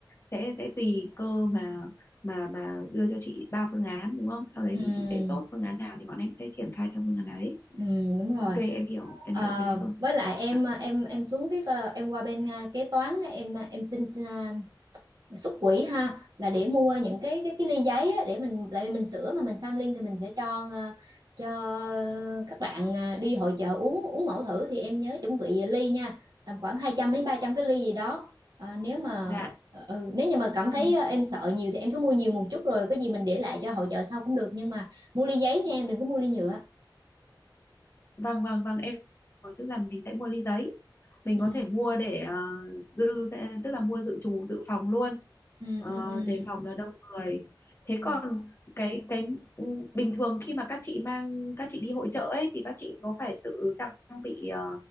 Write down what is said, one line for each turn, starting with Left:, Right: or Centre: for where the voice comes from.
Left: sẽ sẽ tùy cơ mà mà mà đưa cho chị ba phương án đúng không?
Right: ừ,
Left: Sau đấy thì
Right: ừ,
Left: chị sẽ chốt phương án nào thì bọn em sẽ triển khai theo phương án ấy.
Right: ừ, đúng rồi
Left: Ok, em hiểu, em hiểu
Right: Ờ,
Left: cái đấy rồi.
Right: với lại
Left: Vâng
Right: em
Left: ạ.
Right: em em xuống cái pha- em qua bên à, kế toán á, em ờ, em xin à, xuất quỹ ha là để mua những cái cái cái ly giấy á, để mình tại vì mình sửa mà mình sampling thì mình sẽ cho à, cho các bạn à, đi hội chợ uống uống mẫu thử thì em nhớ chuẩn bị ly nha tầm khoảng 200 đến 300 cái ly gì đó Ờ, nếu mà
Left: Dạ,
Right: ờ, ừ, nếu như mà
Left: ok.
Right: cảm thấy à, em sợ nhiều thì em cứ mua nhiều một chút rồi cái gì mình để lại cho hội chợ sau cũng được nhưng mà mua ly giấy nha em đừng có mua ly nhựa
Left: Vâng vâng vâng em rồi, tức là mình sẽ mua ly giấy mình
Right: ừ,
Left: có thể mua để ờ, dự tức là mua dự trù dự phòng luôn
Right: ừ,
Left: Ờ,
Right: ừ, ừ.
Left: đề phòng là đông người thế còn
Right: ừ.
Left: cái cái ừ, bình thường khi mà các chị mang các chị đi hội chợ ấy thì các chị có phải tự trang bị ờ,